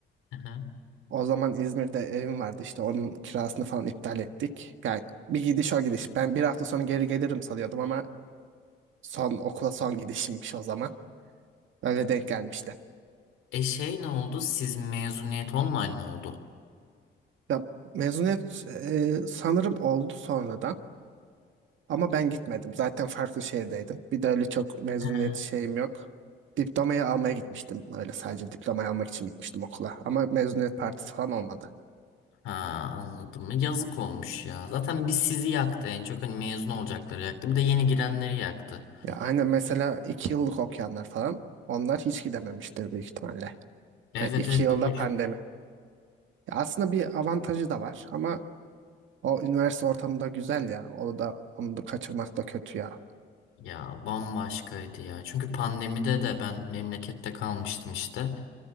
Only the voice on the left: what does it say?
Aha.
E şey ne oldu? Siz mezuniyet online mi oldu?
Ha,
ha, anladım. E, Yazık olmuş ya. Zaten biz sizi yaktı en çok. Hani mezun olacakları yaktı. Bir de yeni girenleri yaktı.
Evet
evet
bir buçuk.
Ya bambaşkaydı ya. Çünkü pandemide de ben memlekette kalmıştım işte.